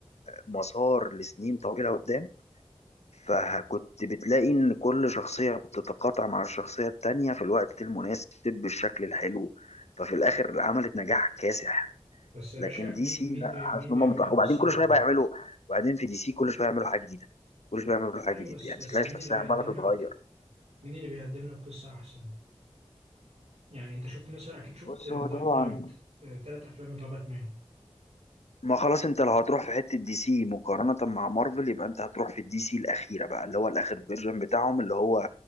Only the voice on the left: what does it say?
مسار لسنين طويله قدام فكنت بتلاقي إن كل شخصية بتتقاطع مع الشخصية التانية في الوقت المناسب بالشكل الحلو ففي الآخر عملت نجاح كاسح
لكن
دي
سي
لا
حاسس إن
هم متأخرين
وبعدين كل
شوية بقى يعملوا وبعدين في دي سي كل شوية يعملوا حاجة جديدة كل شوية يعملوا حاجة
جديدة
يعني
تلاقي
الشخصية
عمالة تتغير
بص
هو طبعا
ما خلاص انت لو هتروح في حتة دي سي مقارنة مع مارفل يبقى انت هتروح في الدي سي الأخيرة بقى اللي هو الآخر فيرجن بتاعهم اللي هو